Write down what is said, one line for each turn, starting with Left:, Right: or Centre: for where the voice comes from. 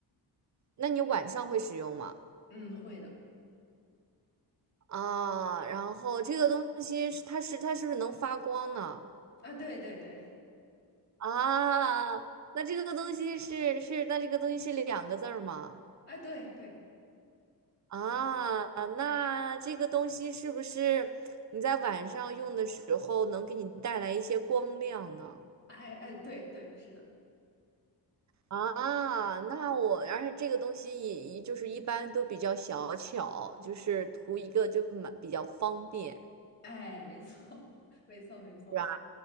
Right: 那你晚上会使用吗？
Left: 嗯，会的。
Right: 啊，然后这个东西是它是它是不是能发光呢？
Left: 啊，对对对，
Right: 啊，那这个东西是是那这个东西是两个字儿吗？
Left: 哎，对对，
Right: 啊，那这个东西是不是你在晚上用的时候能给你带来一些光亮呢？
Left: 哎哎，对对，是的，
Right: 啊，那我，而且这个东西也也就是一般都比较小巧，就是图一个就蛮比较方便，
Left: 哎，没错，<laughs> 没错，没错。
Right: 是吧？